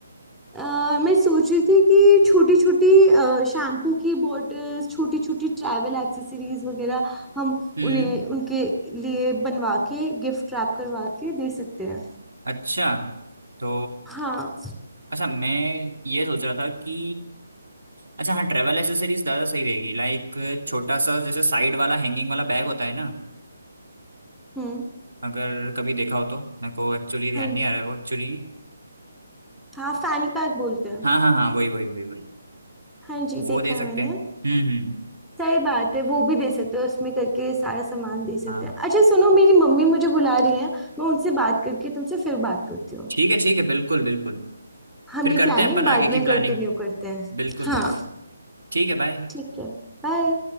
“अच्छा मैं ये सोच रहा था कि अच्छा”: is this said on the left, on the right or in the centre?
Right